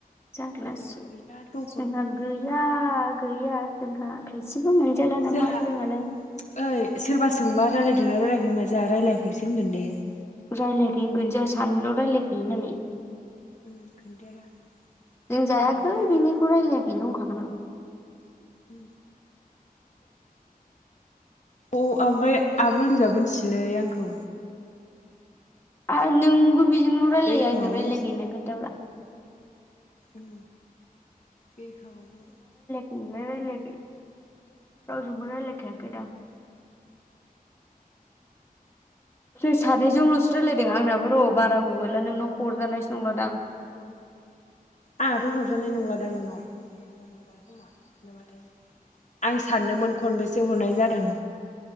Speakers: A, on the left (about 15°); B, on the left (about 50°).
A: जाग्लास
B: खबरबो गैला दबरबो
A: जोंहा
B: गैला
A: गैया गैया जोंहा थाइसेबो मोनजाला नामा
B: जोंहा
A: जोंहालाय
B: ओइ सोरबा सोंबा रायजलायदोंना रायजलायगोन माने जा रायलायखैसै होन न दाया
A: रायज्लायहै होनगोन जों सानैल' रायज्लायखो नालाय
B: उम खोन्थाया
A: जों
B: रायलायाखै
A: जायाखै
B: होनगोन
A: बिनिखौ रायलायाखैल हागोन।
B: अ। ओमफ्राय आब' होनजाब मिसलै आंखौ
A: आरो नोंबो बेजोंल' रायलायो
B: बिरखाङाबो
A: आंजों रायज्लायग ना खोन्था्रा
B: उ बे खामाब
A: मनानै लेख रावज मना लेखाया गदा जों सानैजोंल'सो रायजलायदों आंनाबो र' बारा अ गैला नोंनाव हरजानायसो नंलदां आ <inaudible>
B: आंहाथ' हरजाबनाय नंलादा नोंनाव मोनला खोमा नाबाथाय आं सानदोंमोन खनबेसे हरनाय जादों